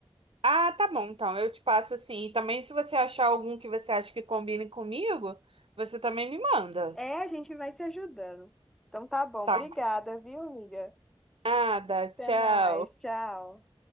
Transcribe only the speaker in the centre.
É, a gente vai se ajudando. Então tá bom,
obrigada, viu, amiga?
Até mais, tchau.